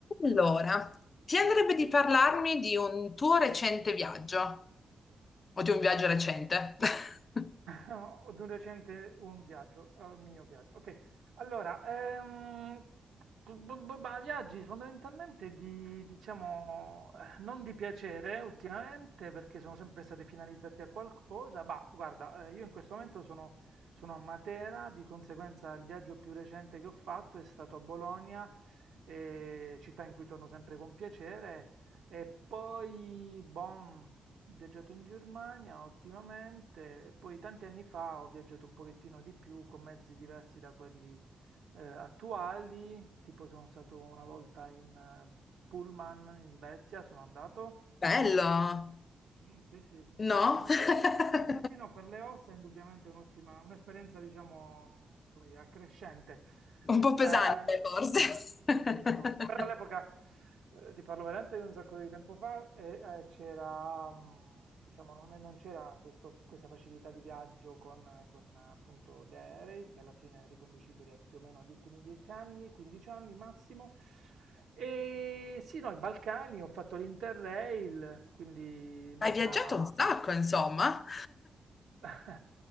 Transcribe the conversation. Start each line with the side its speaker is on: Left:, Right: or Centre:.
Left: Allora, ti andrebbe di parlarmi di un tuo recente viaggio o di un viaggio recente? <laughs>
Right: No, di un recente un viaggio, eh, mio viaggio. Ok, allora, ehm, b- b- ma viaggi fondamentalmente di, diciamo, eh, non di piacere ultimamente perché sono sempre stati finalizzati a qualcosa, ma guarda, eh, io in questo momento sono, sono a Matera, di conseguenza il viaggio più recente che ho fatto è stato a Bologna, eh, città in cui torno sempre con piacere, e poi, boh, Viaggiato in Germania ultimamente e poi tanti anni fa ho viaggiato un pochettino di più con mezzi diversi da quelli eh, attuali, tipo sono stato una volta in eh, Pullman in Svezia, sono andato.
Left: Bello,
Right: Mm, sì, sì,
Left: no?
Right: certamente.
Left: <laughs>
Right: Ma sì, sì, no, per le ossa è indubbiamente un'ottima, un'esperienza, diciamo, mm, come dire, accrescente.
Left: Un po' pesante,
Right: Ehm,
Left: forse.
Right: <laughs>
Left: <laughs>
Right: sì, però, però all'epoca, eh, ti parlo veramente di un sacco di tempo fa, e, eh, c'era, mm, diciamo, non, non c'era questo- questa facilità di viaggio con, con, eh, appunto gli aerei, che alla fine è riconducibile più o meno agli ultimi 10 anni, 15 anni massimo. E sì, no, i Balcani, ho fatto l'Interrail, quindi molta...
Left: Hai viaggiato un sacco, insomma.
Right: <laughs>